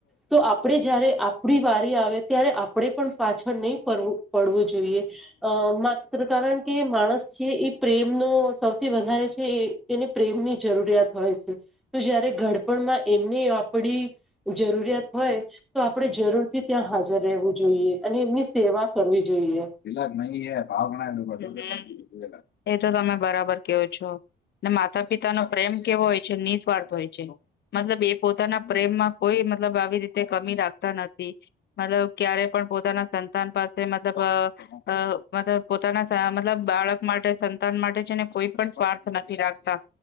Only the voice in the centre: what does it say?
તો આપણે જયારે આપણી વારી આવે ત્યારે આ આપણેે પણ પાછળ નહી પું પડવું જોઈએ અ મા કારણ કે માણસ છે એ પ્રેમ નો સો વધા રે છે એને પ્રેમની જરૂરિયાત હોય છે તો જયારે ગડપણમાં એમને આપને જરૂરિયાત હોય તો આપણે જરૂરથી ત્યાં હાજર રહેવું જોઈએ અને એમની સેવા કરવી જોઈએ.